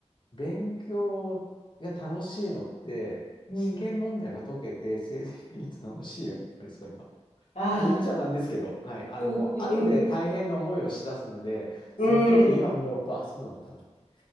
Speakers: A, on the left; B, on the left.
A: 勉強が楽しいのって、
B: うん。
A: 試験問題が解けて、成績いいと楽しいよ、やっぱりそれは。
B: ああ。
A: こう言っちゃなんですけど、はい。あの、
B: うんうん
A: 後で大変な思いをしだすので、その時、
B: うん。うん。
A: 今思うと、あ、そうだったなって。